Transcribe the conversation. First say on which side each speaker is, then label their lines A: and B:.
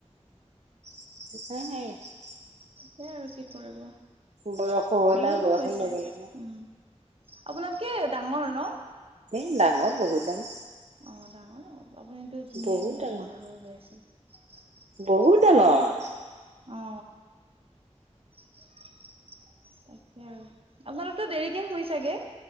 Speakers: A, on the right; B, on the right.
A: উ।
B: তাকে আৰু কি কৰিব
A: বয়সো হ'ল
B: বয়সো
A: আৰু বয়সৰ
B: হৈছে
A: লগে লগে
B: উম আপোনাতকে ডাঙৰ ন
A: এ ডাঙৰ বহুত ডাঙৰ
B: অ ডাঙৰ আপুনিটো ধুনীয়াই
A: বহুত
B: হৈ
A: ডাঙৰ
B: আছে গাভৰু হৈ আছে।
A: বহুত ডাঙৰ
B: অ তাকে আপোনালোকতো দেৰিকে শুই চাগে